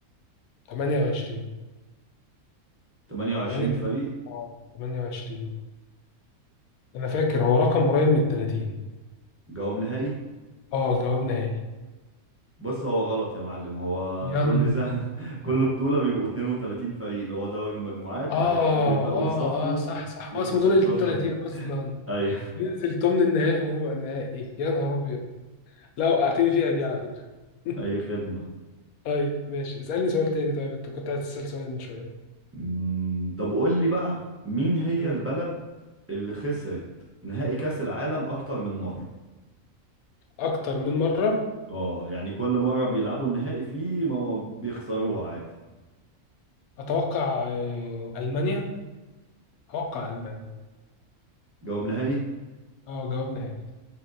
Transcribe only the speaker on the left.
28
8
اه 28 انا فاكر هو رقم قريب من ال 30
اه جواب نهائي
ين
اه
اه
اه صح صح
هو اسمه
دور ال 32 اصلا
ينزل ثمن النهائي وربع النهائي يا نهار ابيض لا وقعتني فيها دي على فكرة <laughs>
طيب ماشي اسألني سؤال تاني طيب انت كنت عايز تسأل سؤال من شوية
مم.
اكتر من مرة
اتوقع آه، المانيا اتوقع المانيا
اه جواب نهائي